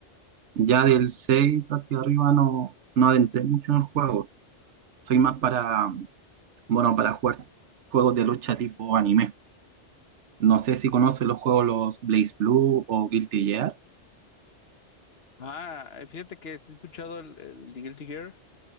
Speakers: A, on the right; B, on the left.
A: Ya del 6 hacia arriba no, no adentré mucho en el juego. Soy más para, bueno, para jugar juegos de lucha tipo anime. No sé si conocen los juegos los Blaze Blue o Guilty Gear.
B: Ah, eh, fíjate que sí he escuchado el, el Guilty Gear,